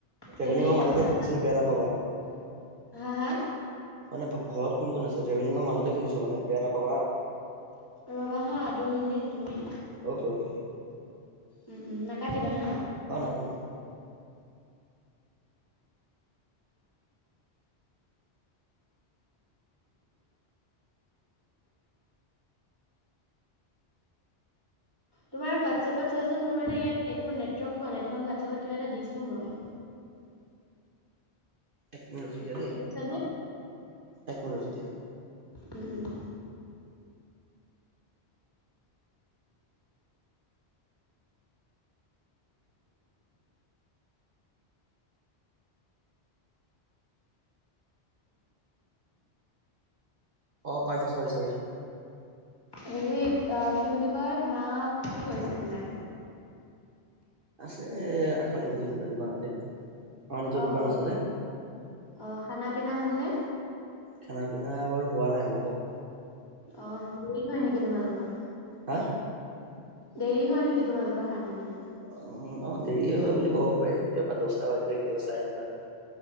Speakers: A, on the right; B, on the left.
A: ট্ৰেভেলিঙৰ
B: হেৰি
A: মাজতে
B: ৰ'বা
A: সুধিছে বেয়া নাপাবা
B: হা, হা।
A: মানে ঘৰত কোন কোন আছে টেভেলিঙৰ মাজতে সুধিছোঁ মানে বেয়া নাপাবা হা।
B: ৰ'বা হা দুই মিনিট। তুমি
A: অ'কে অ'কে
B: উম, উম, নাকাটিবা হা।
A: অ নাকাটো।
B: তোমাৰ হোৱাটছআপত চোৱাচোন মোৰ মানে ইয়াত একো নেটৱৰ্ক পোৱা নাই তোমাক হোৱাটছআপত কিবা এটা দিচো মই।
A: একমিনিত ৰখি দিয়া দেই।
B: শুনিছানে?
A: এক মিনিট ৰখি দিয়া।
B: উম, উম।
A: অ' পাইছোঁ চ'ৰি চ'ৰি।
B: হেৰি কি বুলি কয় মাক কি কৰিছে তোমাৰ?
A: আছে আগফালে বহি পেলাই দোকানতে। আমাৰ নিজৰ
B: অ'
A: দোকান
B: অ'
A: আছে যে
B: অ' খানা পিনা হ'ল নে?
A: খানা পিনা বাৰু হোৱা নাই হ'ব হে।
B: অ' দেৰি হয় নেকি তোমালোকৰ?
A: হা
B: দেৰি হয় নেকি তোমালোকৰ খানা পিনা?
A: উ উম অ' দেৰিয়ে হয় বুলি ক'ব পাৰি কেতিয়াবা দচটা বাজি যায় কেতিয়াবা চাৰে নটা।